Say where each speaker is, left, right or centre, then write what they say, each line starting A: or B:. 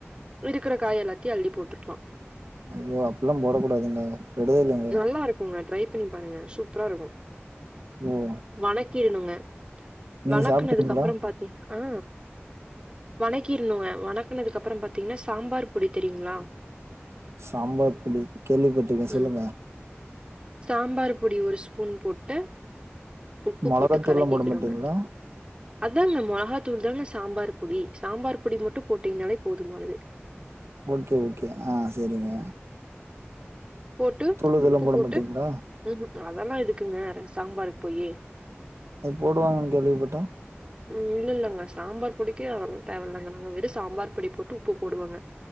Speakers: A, on the right (about 25°); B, on the right (about 85°).
A: இருக்குற காய் எல்லாத்தையு அள்ளி போட்டுக்கலா
B: அய்யோ அப்டில்லா போடக்கூடாதுங்க கெடுதலுங்க
A: நல்லா இருக்குங்க ட்ரை பண்ணி பாருங்க சூப்பரா இருக்கு
B: ஓ
A: வணக்கீறுணுங்க
B: நீங்க
A: வணக்குனதுக்கு
B: சாப்ட்டீங்களா
A: அப்பறோ பாத்தீங்கன்னா வணக்கீறுனுங்க வணக்குனதுக்கு அப்பறோ பாத்தீங்கன்னா சாம்பார் பொடி தெரியுங்களா
B: சாம்பார் பொடி கேள்விப்பட்டுருக்கே சொல்லுங்க
A: ம் சாம்பார் பொடி ஒரு ஸ்பூன் போட்டு உப்பு
B: மொளகாத்தூள்லா
A: போட்டு கலக்கிக்கிடோங்க
B: போட மாட்டீங்களா
A: அதாங்க மொளகாத்தூள் தாங்க சாம்பார் பொடி சாம்பார் பொடி மட்டும் போட்டீங்கனாலே போதுமானது
B: ஓகே ஓகே அ செரிங்க
A: போட்டு
B: இதெல்லா
A: உப்பு
B: போட
A: போட்டு
B: மாட்டீங்களா
A: ம் ம் அதெல்லா எதுக்குங்க சாம்பாருக்கு போயி
B: உப்பு போடுவாங்கன்னு கேள்விப்பட்டே
A: ம் இல்ல இல்லங்க சாம்பார் பொடிக்கு அதெல்லா தேவ இல்லங்க நாங்க வெறு சாம்பார் பொடி போட்டு உப்பு போடுவோங்க